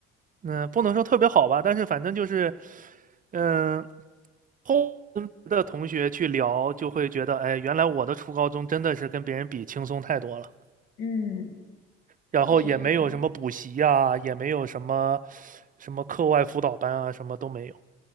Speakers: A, on the right; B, on the left.
A: 嗯，不能说特别好吧，但是反正就是，嗯，后跟别的同学去聊，就会觉得，哎，原来我的初高中真的是跟别人比轻松太多了，
B: 嗯，
A: 然后也没有什么补习呀、
B: 确实是这样子。
A: 也没有什么什么课外辅导班啊，什么都没有。